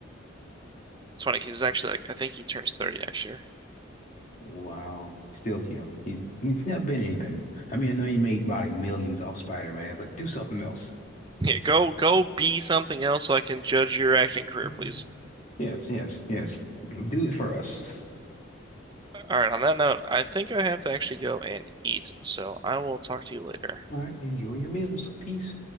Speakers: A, on the right (about 20°); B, on the left (about 40°).
A: It's funny 'cause he's actually like I think he turns 30 next year. <laughs>
B: Wow. Still young. He's, he's not been anything. I mean, I know he made probably millions off Spider-Man, but do something else.
A: Yeah, go go be something else so I can judge your acting career,
B: Mm.
A: please.
B: Yes, yes, yes. Do it for us.
A: All right, on that note, I think I have to actually go and eat, so I will talk to you later.
B: All right. Enjoy your meals. Peace.